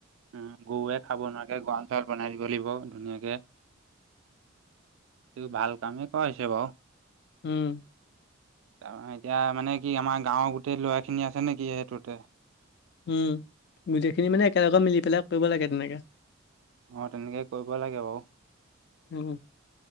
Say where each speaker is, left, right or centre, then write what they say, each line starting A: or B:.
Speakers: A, on the right (about 65°); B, on the left (about 55°).
A: উম, গৰুৱে খাব নোৱাৰাকে গঁৰাল চআলোঁ বনাই দিব লাগিব ধুনীয়াকে
B: <inaudible>
A: সি ভাল কামোও কৰাইছে বাৰু।
B: উম।
A: তাৰ এতিয়া মানে কি আমাৰ গাঁৱৰ গোটেই ল'ৰা খিনি আছে নেকি সেইটোতে
B: উম, গোটেইখিনি মানে একেলগে মিলি পেলাই কৰিব লাগে তেনেকে।
A: অ' তেনেকে কৰিব লাগে বাৰু।
B: উম